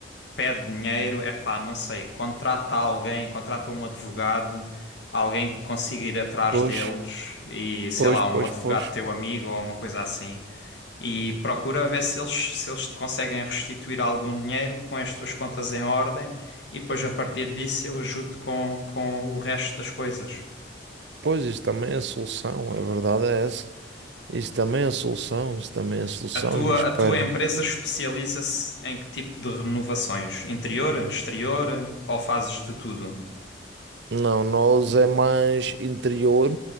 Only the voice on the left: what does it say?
pede dinheiro, é pá, não sei, contrata alguém, contrata um advogado, alguém que consiga ir atrás
deles e sei
lá,
um advogado
teu amigo ou uma coisa assim. E procura ver se eles, se eles te conseguem restituir algum dinheiro, põe as tuas contas em ordem e depois a partir disso eu ajudo com, com o resto das coisas.
A tua,
a tua empresa especializa-se em que tipo de renovações? Interior, exterior ou fazes de tudo?